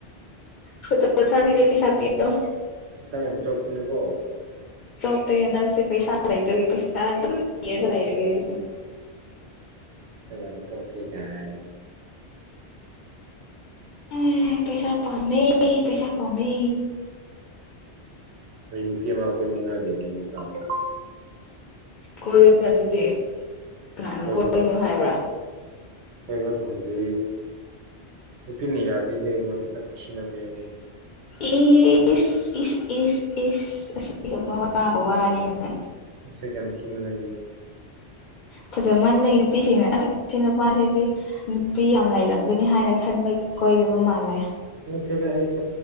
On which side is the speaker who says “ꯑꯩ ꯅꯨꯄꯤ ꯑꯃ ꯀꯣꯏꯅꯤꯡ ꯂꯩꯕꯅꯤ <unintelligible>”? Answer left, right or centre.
Right